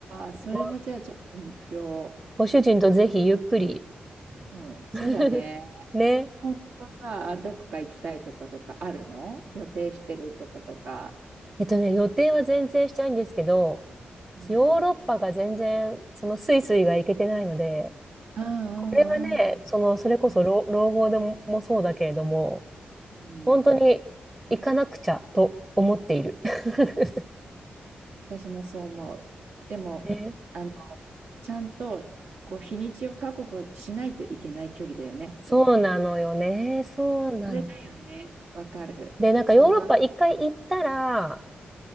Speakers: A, on the right (about 70°); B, on the right (about 20°).
A: た。それもじゃあちょっと目標。
B: ごご主人とぜひゆっくり。
A: うん、そうだね。
B: <laughs> ね。
A: 今後さ、どこか行きたいとことかあるの予定してるとことか。
B: えっとね、予定は全然したいんですけど、
A: うん。
B: ヨーロッパが全然、そのスイスイが行けてないので、
A: うんうん
B: これはね、その、それこそ老、
A: うん。
B: 老後でも、もそうだけれども、
A: うん、
B: 本当に行かなくちゃと思っている。<laughs>
A: 私もそう思う。でも、
B: ね、
A: あの、ちゃんと、こう、日にちを確保しないといけない距離だよね。
B: そうなのよね。
A: でも、
B: そうなの。
A: それだよね。わかる。
B: で、なんかヨーロッパ一回行ったら、
A: そんな、